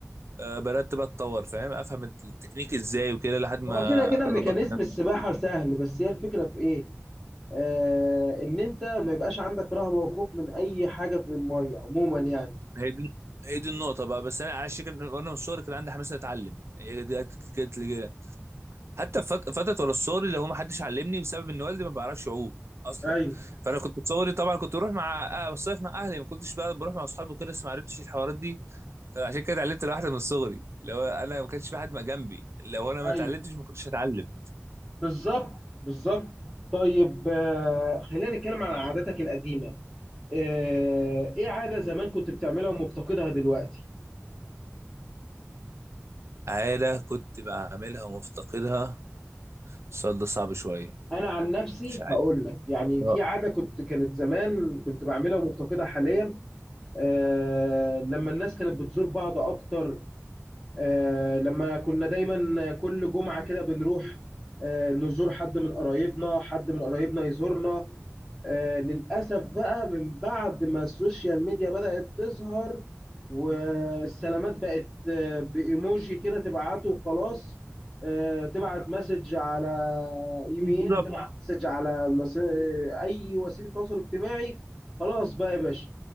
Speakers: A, on the right; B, in the centre.
A: آه، بدات بقى اتطور فاهم افهم التكنيك ازاي وكده لحد ما
B: هو كده كده ميكانيزم
A: ظبطت انا
B: السباحه سهل بس هي الفكره في ايه آه ان انت ما يبقاش عندك رهبه وخوف من اي حاجه في الميه عموما يعني
A: هي دي هي دي النقطه بقى بس انا على الشكل وانا من الصغر كان عندي حماس إني اتعلم هي دي جت جت لي كده حتى في فت- فتره ولا الصغر اللي هو ما حدش علمني بسبب ان والدي ما بيعرفش يعوم اصلا
B: ايوه
A: فانا كنت صغري طبعا كنت بروح مع آه، بصيف مع اهلي ما كنتش بقى بروح مع اصحابي وكده بس ما عرفتش الحوارات دي فعشان كده اتعلمت لوحدي من صغري لو انا ما كانش في حد ما جنبي لو انا ما
B: ايوه
A: اتعلمتش ما كنتش هتعلم
B: بالظبط بالظبط طيب آه، خلينا نتكلم عن عاداتك القديمة آه، ايه عادة زمان كنت بتعملها ومفتقدها دلوقتي
A: عاده كنت بعملها ومفتقدها السؤال ده صعب شويه
B: انا عن نفسي
A: مش عارف
B: هقول لك يعني
A: آه.
B: في عادة كنت كانت زمان كنت بعملها ومفتقدها حاليا آه، لما الناس كانت بتزور بعض اكتر آه، لما كنا دايما كل جمعة كده بنروح آه، نزور حد من قرايبنا حد من قرايبنا يزورنا آه للأسف بقى من بعد ما السوشيال ميديا بدأت تظهر والسلامات بقت آه بإيموجي كده تبعته وخلاص آه تبعت مسج على إيميل
A: بالظبط
B: تبعت مسج على مس... آه، أي وسيلة تواصل اجتماعي خلاص بقى يا باشا